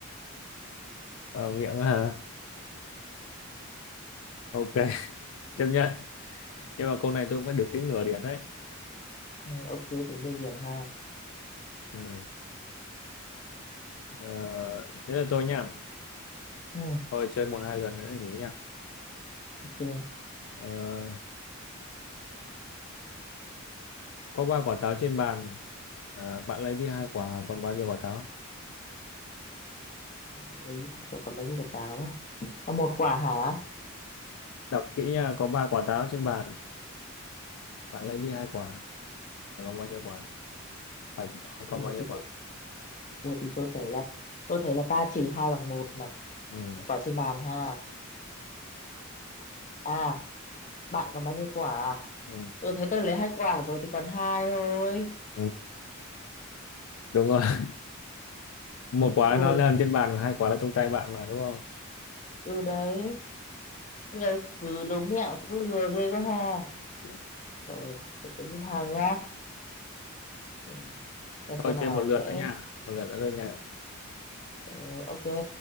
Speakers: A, on the left (about 70°); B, on the left (about 35°).
A: vào miệng hả ok <laughs> chấp nhận nhưng mà câu này tôi mới được tính nửa điểm đấy
B: ừ, ok tính đề điểm ha
A: ừ. ờ, thế là tôi nhá
B: ừ,
A: thôi chơi một hai lần nữa thì nghỉ nhá
B: ok
A: ờ, có ba quả táo trên bàn Ờ, bạn lấy đi hai quả còn bao nhiêu quả táo
B: lấy hai quả còn mấy quả táo à Còn một quả hả
A: đọc kỹ nha có ba quả táo trên bàn bạn lấy đi hai quả Phải còn bao nhiêu quả phải hỏi
B: ủa
A: còn bao nhiêu
B: thì
A: quả
B: Ủa thì tôi thấy là tôi thấy là ba trừ hai bằng một mà
A: ừ.
B: quả trên bàn ha. À, bạn còn bao nhiêu quả? à?
A: Ừ.
B: Ừ thấy tôi lấy hai quả rồi thì còn hai thôi.
A: Ừ. đúng rồi <laughs> một quả
B: Ừ,
A: nó nằm trên bàn và hai quả là trong tay bạn mà đúng không
B: ừ đấy. Bây giờ cứ đố mẹo cũng lừa ghê quá ha.
A: Ừ.
B: Rồi, để tôi nghĩ hàng nhá. Ừ, xem câu
A: thôi
B: nào
A: chơi một lượt
B: dễ.
A: nữa nha một lượt nữa thôi nha
B: Ừ, ok,